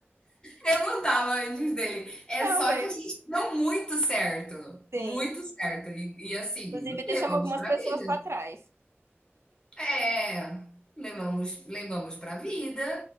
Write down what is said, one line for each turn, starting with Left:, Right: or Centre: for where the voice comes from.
Left: Eu não tava antes dele. É
Right: Realmente.
Left: só que a gente deu muito certo.
Right: Sim.
Left: Muito certo. E, e assim,
Right: Inclusive,
Left: levamos
Right: deixamos algumas
Left: pra
Right: pessoas
Left: vida.
Right: pra trás.
Left: É, levamos, levamos pra vida.